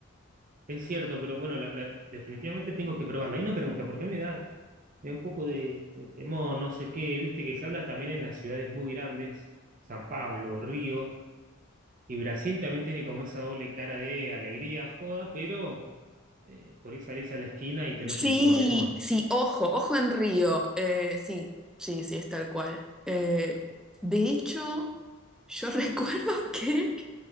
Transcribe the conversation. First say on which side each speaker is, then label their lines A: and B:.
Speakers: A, on the right; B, in the centre.
A: Es cierto, pero bueno, la- la- definitivamente tengo que probarla. Hay una pregunta, porque a mí me da, me da un poco de, de temor, no sé qué, viste que se habla también en las ciudades muy grandes, San Pablo, Río, y Brasil también tiene como esa doble cara de alegría, joda, pero eh, por ahí salís a la esquina y tenés
B: Sí,
A: un problemón.
B: sí, ojo, ojo en Río. Eh, sí, sí, sí, es tal cual. Eh, de hecho, yo <laughs> recuerdo que